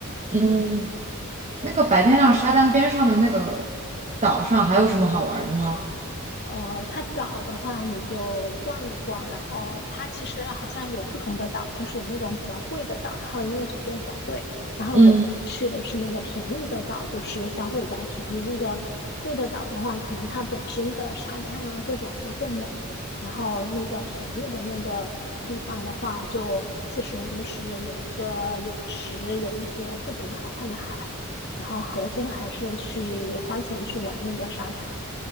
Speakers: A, on the right (about 30°); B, on the left (about 50°).
A: 嗯，那个白天亮沙滩边上的那个岛上还有什么好玩的吗？
B: 呃，它岛的话，你就逛一逛，然后它其实好像有不同的岛，就是有那种比较贵的岛，然后因为酒店比较贵，然后我去的是那个便宜的岛，
A: 嗯
B: 就是消费比较便宜。那个贵的岛的话，可能它本身的沙滩啊各种会更美，然后那个便宜的那个地方的话就，其实就是有一个泳池，有一些不怎么好看的海，然后核心还是去花钱去玩那个沙滩。